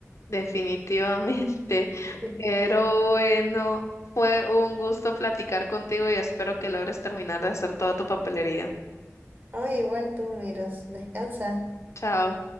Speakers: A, on the left; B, on the right.
A: Definitivamente.
B: <laughs>
A: Pero bueno, fue un gusto platicar contigo y espero que logres terminar de hacer toda tu papelería.
B: Ay, igual tú miras, descansa.
A: Chao.